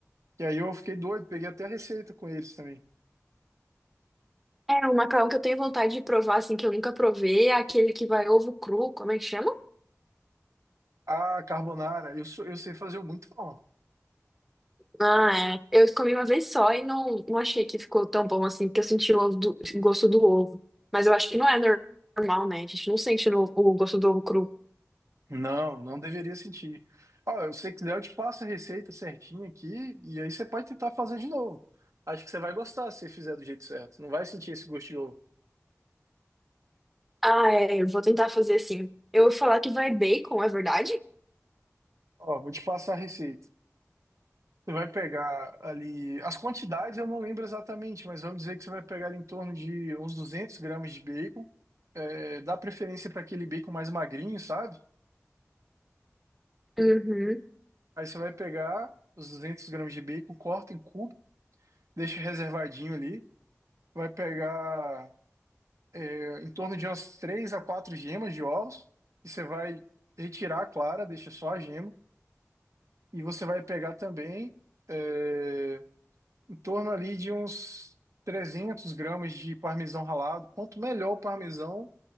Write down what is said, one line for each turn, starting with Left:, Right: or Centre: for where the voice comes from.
Right: E aí eu fiquei doido, peguei até a receita com eles também.
Centre: É, um macarrão que eu tenho vontade de provar, assim, que eu nunca provei, é aquele que vai ovo cru, como é que chama?
Right: Ah, carbonara, eu, sou- eu sei fazer muito bom.
Centre: Ah, é. Eu comi uma vez só e não, não achei que ficou tão bom assim, porque eu senti o ovo do- gosto do ovo. Mas eu acho que não é nor- normal, né? A gente não sente no- o gosto do ovo cru.
Right: Não, não deveria sentir. Ó, se você quiser, eu te passo a receita certinha aqui e aí você pode tentar fazer de novo. Acho que você vai gostar se você fizer do jeito certo. Não vai sentir esse gosto de ovo.
Centre: Ah, é, eu vou tentar fazer assim. Eu vou falar que vai bacon, é verdade?
Right: Ó, vou te passar a receita. Você vai pegar ali. As quantidades eu não lembro exatamente, mas vamos dizer que você vai pegar ali em torno de uns 200 gramas de bacon. É, dá preferência para aquele bacon mais magrinho, sabe?
Centre: Uhum.
Right: Aí você vai pegar os 200 gramas de bacon, corta em cubo, deixa reservadinho ali. vai pegar é, em torno de umas três a quatro gemas de ovos, e você vai retirar a clara, deixa só a gema, e você vai pegar também é, em torno ali de uns 300 gramas de parmesão ralado. Quanto melhor o parmesão,